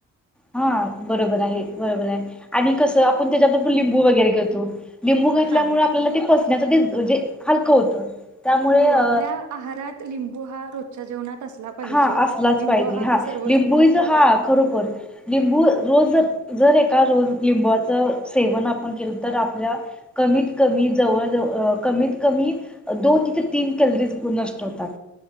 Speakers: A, in the centre; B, on the right (about 75°).
A: हा बरोबर आहे. बरोबर आहे आणि कसं आपण त्याच्या बरोबर लिंबू वगैरे घेतो लिंबू घातल्यामुळ
B: हा
A: आपल्याला ते पच <unintelligible> हलकं होतं त्यामुळे
B: हो
A: अ
B: आपल्या आहारात लिंबू हा रोजच्या जेवणात असला पाहिजे
A: हा असलाच
B: लिंबू
A: पाहिजे हा
B: सर्व
A: लिंबूच हा खरोखर लिंबू रोज जर जर एका रोज लिंबाचं सेवन आपण केलं तर आपल्या कमीत कमी जवळ जव कमीत कमी दोन ते तीन कॅलरीज नष्ट होतात.